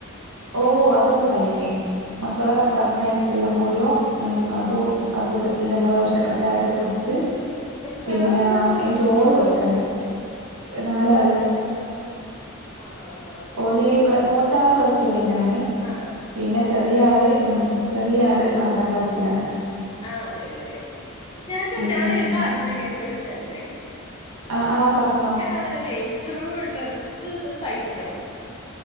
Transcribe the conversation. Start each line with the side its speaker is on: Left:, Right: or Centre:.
Right: ഓ അതൊക്കെ കഴിഞ്ഞ് മക്കളെ
Left: അതേല്ലേ
Right: പറഞ്ഞയച്ചെല്ലാം കൂടിയോ ഉം അതോ ആ കൂട്ടത്തിൽ നമ്മള് ഭക്ഷണം ചായൊക്കെ കുടിച്ച്
Left: എത്രേലാ
Right: പിന്നെ
Left: പഠിക്കണെ
Right: ഇനി ചോറ് വെക്കാണ്ട് നാലാള്
Left: പിള്ളാരക്ക് എത്ര കുട ആ ആ ആ അ
Right: ഓലി മൂത്താൾ പ്ലസ് ടു വിനാണ്
Left: ആഹ് ആഹ്
Right: പിന്നെ ചെറിയ ആള് ഉം ചെറിയ ആള് ആറാം ക്ലാസ്സിലാണ്
Left: ആ അത അതെ അതെഓക്കെ ഞാൻ ച
Right: ഉം
Left: ഞാനൊരിക്ക
Right: ഉം
Left: ആരും ചോദിക്കാൻ വേണ്ടി വിളിച്ചായിരുന്നേ
Right: ആ ആ പറഞ്ഞോ
Left: എടാ അതായത് എനിക്ക് എനിക്കൊരു ഡ്രസ്സ് തയ്പ്പിക്കണം